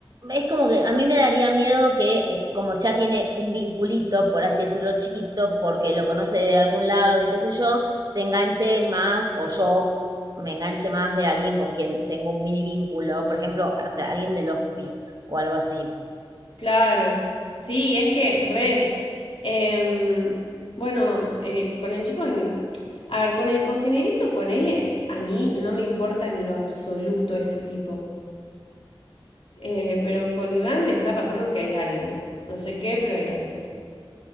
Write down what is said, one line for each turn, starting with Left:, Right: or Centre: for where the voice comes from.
Right: es como que a mí me daría miedo que eh, como ya tiene un vinculito, por así decirlo, chiquito, porque lo conoce de algún lado y qué sé yo, se enganche más o yo me enganche más de alguien con quien tengo un mini vínculo, por ejemplo, no sé, alguien del hospi o algo así.
Left: Claro. Sí, es que, re. Em, bueno, eh, con el chico, a ver, con el cocinerito, ponele, a mí no me importa en lo absoluto este tipo. Eh, pero con Iván me está pasando que hay algo. No sé qué, pero hay algo.